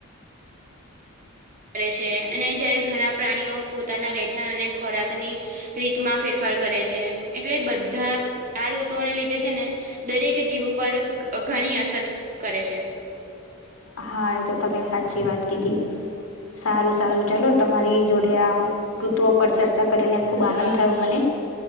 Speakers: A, on the right; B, on the left.
A: કરે છે અને જયારે ઘણા પ્રાણીઓ પોતાના રહેઠા અને ખોરાકની રીતમાં ફેરફાર કરે છે એટલે બધા આ ઋતુને લીધે છે ને દરેક જીવ પર ઘણી અસર કરે છે.
B: હા એ તો તમે સાચી વાત કીધી. સારું સારું ચાલો તમારી જોડે આ ઋતુઓ પર ચર્ચા કરીને ખુબ આનંદ
A: હા,
B: થયો મને